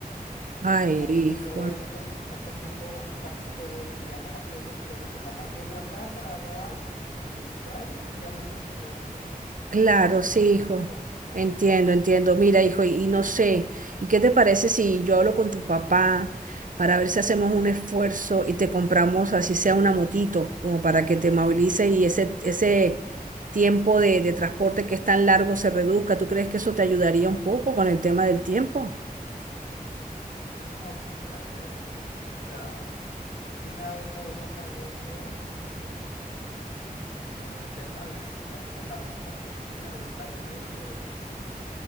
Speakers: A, on the left; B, on the right.
A: O sea,
B: Ay,
A: como
B: hijo,
A: que todo esto me está comiendo casi todo el día. Nomás llego, te digo, nomás llego a casa, hago algo, me distraigo y ya me tengo que dormir.
B: Claro,
A: No, no tengo
B: sí,
A: tiempo.
B: hijo. Entiendo, entiendo. Mira, hijo, y, y no sé, ¿y qué te parece si yo hablo con tu papá para ver si hacemos un esfuerzo y te compramos, así sea una motito, como para que te movilices y ese, ese tiempo de, de transporte que es tan largo se reduzca? ¿Tú crees que eso te ayudaría un poco con el tema del tiempo?
A: No creo, porque, o sea, pues sí me ahorro una o dos horas, pero, pero el tema de estar con la misma rutina, de estar yendo y